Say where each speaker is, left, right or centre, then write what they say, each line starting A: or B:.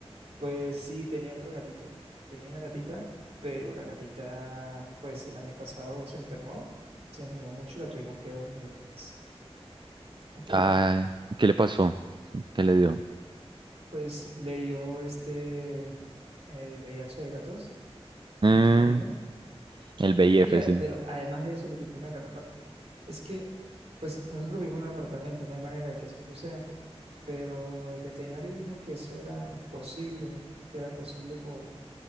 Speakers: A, on the right; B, on the right.
A: pues sí, tenía otro gatito. Tenía una gatita, pero la gatita, pues el año pasado se enfermó. Se enfermó mucho, la tuvimos que dormir. pues, La pobre
B: Ah,
A: gatita.
B: ¿qué le pasó? ¿Qué le dio?
A: Pues le dio este, eh, el VIH de gatos,
B: Mm,
A: el felino.
B: El V I
A: Y
B: F
A: a-
B: sí.
A: pero además de eso le picó una garrapata. Es que, pues nosotros vivimos en un apartamento, no hay manera de que eso suceda, pero el veterinario dijo que eso era posible, que era posible por,